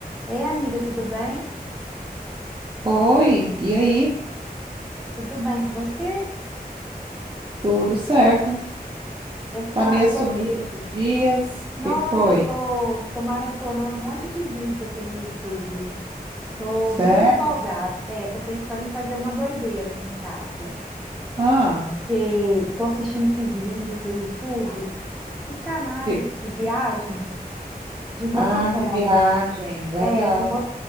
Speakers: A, in the centre; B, on the right.
A: Ei, amiga, tudo bem?
B: Oi, e aí?
A: Tudo bem com você?
B: Tudo certo?
A: Eu
B: Tá
A: tá,
B: meio
A: eu
B: sumida
A: tô,
B: esses dias? O
A: nossa,
B: que que foi?
A: eu tô, tô maratonando um monte de vídeo aqui no YouTube. Tô
B: Sério?
A: muito empolgada. É, tô pensando em fazer uma doideira aqui em casa.
B: Ah,
A: Que tô assistindo esses vídeos do YouTube, esses canais
B: de...
A: de viagem de motorhome.
B: ah, de viagem, legal.
A: É, de, mo-